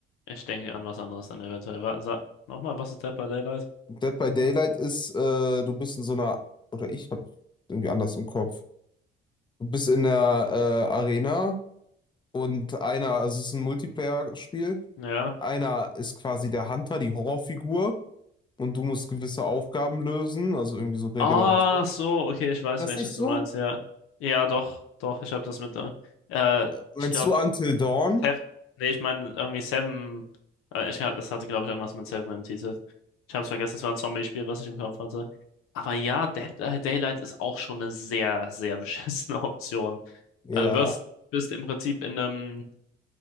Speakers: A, on the left; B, on the left.
A: Ich denke an was anderes dann eventuell. Wa- Sag nochmal, was ist Dead by Daylight?
B: Dead by Daylight ist, äh, du bist in so einer, oder ich habe irgendwie anders im Kopf. Du bist in der äh, Arena und einer, also es ist ein Multiplayer-Spiel,
A: Ja.
B: einer ist quasi der Hunter, die Horrorfigur und du musst gewisse Aufgaben lösen, also irgendwie so Regeneration.
A: Ah, so, okay, ich weiß,
B: Das
A: welches
B: ist nicht so?
A: du meinst, ja. Ja, doch, doch, ich habe das mit da. Äh,
B: Meinst
A: ich glaube,
B: du Until Dawn?
A: Seven, nee, ich meine irgendwie Seven, äh, ich, hab- das hatte, glaube ich, irgendwas mit Seven im Titel. Ich habe es vergessen, es war ein Zombie-Spiel, was ich im Kopf hatte. Aber ja, Dead by Daylight ist auch schon eine sehr, sehr <laughs> beschissene Option.
B: Ja,
A: Also du wirst, bist im Prinzip in einem,